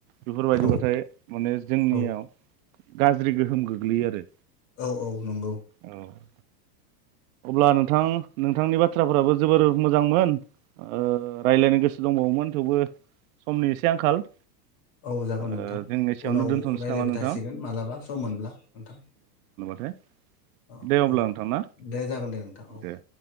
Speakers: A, on the right; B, on the left.
A: बेफोरबायदिब्लाथाय
B: औ
A: ओ जोंनियाव
B: औ
A: गाज्रि गोहोम गोग्लैयो आरो
B: औ औ नंगौ
A: औ <inaudible> अब्ला नोंथां नोंथांनि बाथ्राफोराबो जोबोर मोजांमोन ओ रायज्लायनो गोसो दंबावोमोन थेवबो समनि एसे आंखाल
B: औ जागोन
A: ओ
B: नोंथां
A: जों एसेयावनो
B: उनाव
A: दोनथ'नोसै
B: राय्लायबाय
A: नामा नोंथां
B: थासिगोन मालाबा सम मोनब्ला नोंथां
A: ए
B: औ
A: दे अब्ला
B: औ
A: नोंथां ना
B: दे जागोन दे नोंथां औ
A: दे